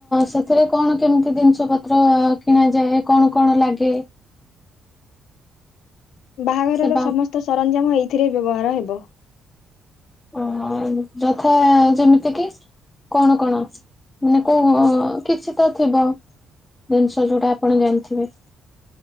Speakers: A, on the left (about 15°); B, on the left (about 80°).
A: ସେଥିରେ କଣ କେମିତି ଜିନିଷ ପତ୍ର କିଣାଯାଏ କଣ କଣ ଲାଗେ?
B: ବାହାଘରର
A: ସେ ବା
B: ସମସ୍ତ ସରଞ୍ଜାମ ଏଇଥିରେ ବ୍ୟବହାର ହେବ।
A: ଓହୋ ଯଥା ଯେମିତି କି କଣ କଣ ମାନେ କୋଉ କିଛି ତ ଥିବ? ଜିନିଷ ଯୋଉଟା ଆପଣ ଜାଣିଥିବେ।